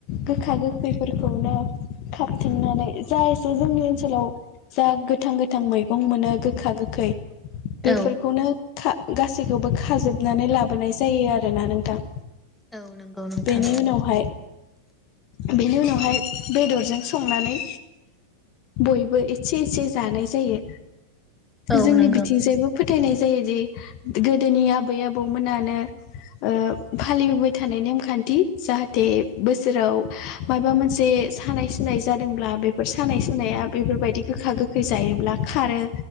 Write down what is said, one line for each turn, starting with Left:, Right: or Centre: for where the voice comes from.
Left: गोखा गोखैफोरखौनो खाबथिंनानै जा एसे जोंनि ओनसोलाव जा गोथां गोथां मैगं मोनो गोखा गोखै बेफोरखौनो
Centre: औ
Left: खा गासैखौबो खाजोबनानै लाबोनाय जायो आरोना नोंथां
Centre: औ नोंगौ नोंथां
Left: बेनि उनावहाय बेनि उनावहाय बेदरजों संनानै बयबो एसे एसे जानाय जायो
Centre: औ
Left: जोंनि
Centre: नंगौ
Left: बिथिंजायबो फोथायनाय जायोदि गोदोनि आबै आबौमोनानो ओ फालिबाय थानाय नेमखान्थि जाहाथे बोसोराव मायबा मोनसे सानाय सुनाय जादोंब्ला बेफोर सानाय सुनाया बेफोरबायदि गोखा गोखै जायोब्ला खारो